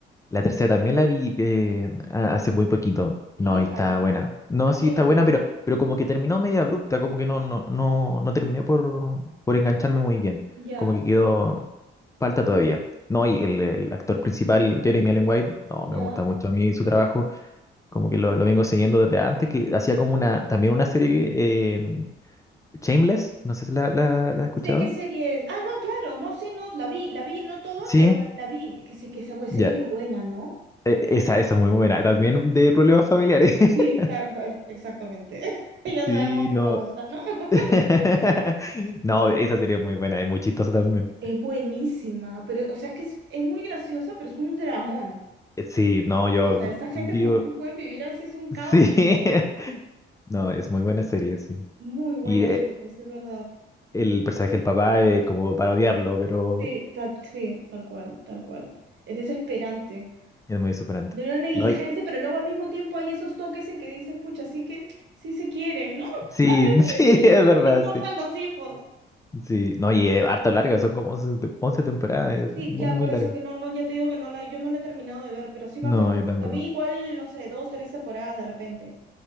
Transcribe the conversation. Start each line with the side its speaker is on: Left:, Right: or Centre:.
Left: La tercera también la vi eh, ha- hace muy poquito. No,
Right: ¿Y qué
Left: y
Right: tal?
Left: está buena. No,
Right: También.
Left: sí está buena, pero, pero como que terminó media abrupta, como que no, no, no, no terminé por, por engancharme muy bien.
Right: Ya,
Left: Como que quedó, falta todavía. No, y el, el actor principal, Jeremy Allen White, no,
Right: ya.
Left: me gusta mucho a mí su trabajo. Como que lo, lo vengo siguiendo desde antes, que hacía como una, también una serie que, eh, Shameless, no sé si la, la, la has escuchado.
Right: Sé qué serie es. Ah, no, claro, no sé, no, la vi, la vi, no toda,
Left: Sí,
Right: pero la, la vi. Que sé, que esa pues,
Left: ya.
Right: serie que buena, ¿no?
Left: E- Esa, esa es muy buena. También de problemas familiares. <laughs>
Right: Sí, ta- pues, exactamente. <laughs> Ya
Left: Sí,
Right: sabemos que
Left: no.
Right: nos gusta, ¿no? <laughs>
Left: <laughs> No, esa sería muy buena, es muy chistosa también.
Right: Es buenísima, pero, o sea, es que es, es muy graciosa, pero es un dramón.
Left: Eh, Sí, no, yo
Right: O sea, esa gente
Left: vivo.
Right: como, ¿cómo pueden vivir así? Es un caos
Left: Sí,
Right: todo.
Left: <laughs> no, es muy buena serie, sí.
Right: Muy buena,
Left: Y eh,
Right: Jane, es verdad.
Left: el personaje del papá es como para odiarlo, pero
Right: Sí, tal, sí, tal cual, tal cual. Es desesperante.
Left: es muy superante.
Right: De una negligencia,
Left: No, y...
Right: pero luego al mismo tiempo hay esos toques en que dices, pucha, así que sí se quieren, ¿no?
Left: Sí,
Right: <laughs>
Left: <laughs> sí,
Right: Sí les,
Left: es
Right: sí
Left: verdad,
Right: les importan
Left: sí.
Right: los hijos.
Left: Sí, no, y es harto larga, son como once te- 11 temporadas, es
Right: Sí,
Left: muy,
Right: ya
Left: muy
Right: por
Left: larga.
Right: eso que no, no, ya te digo que no la, yo no la he terminado de ver, pero sí me
Left: No,
Right: acuerdo,
Left: yo tampoco.
Right: la vi igual, no sé, dos, tres temporadas de repente,